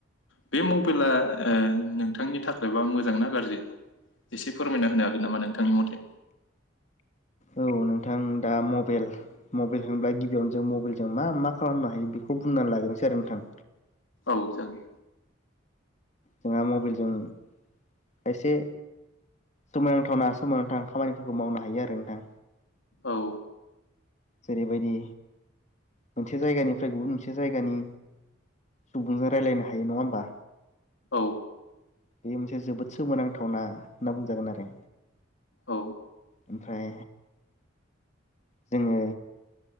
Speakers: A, on the left; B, on the left.
A: बे मबाइला ओ नोंथांनि थाखायबा मोजांनाा गाज्रि एसे फोरमायना होनो हागोन नामा नोंथांनि मथे
B: औ नोंथां दा मबाइल मबाइल होनब्ला गिबियावनो जों मबाइलजों मा मा खालामनो हायो बेखौ बुंनानै लाग्रोसै आरो नोंथां।
A: औ जागोन।
B: जोंहा मबाइलजों खायसे सोमोनांथावना सोमोनांथाव खामानिफोरखौ मावनो हायो आरो नोंथां।
A: औ।
B: जेरैबायदि मोनसे जायगानिफ्राय गुबुन मोनसे जायगानि सुबुंजों रायलायनो हायो नङा होमबा
A: औ
B: बेयो मोनसे जोबोद सोमोनांथावना होनना बुंजागोन आरो
A: औ
B: ओमफ्राय जोङो